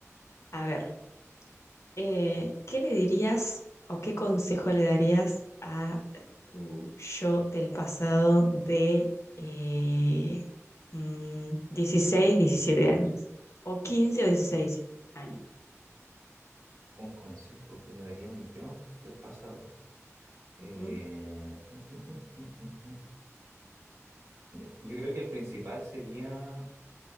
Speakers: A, on the left; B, on the right.
A: A ver, Eh, ¿qué le dirías o qué consejo le darías a tu yo del pasado de eh, mm, 16, 17 años? O 15 o 16 años.
B: Un consejo que le daría a mi yo del pasado. Eh,
A: Ujú.
B: mm, mm, mm, mm, mm, mm. Yo creo que el principal sería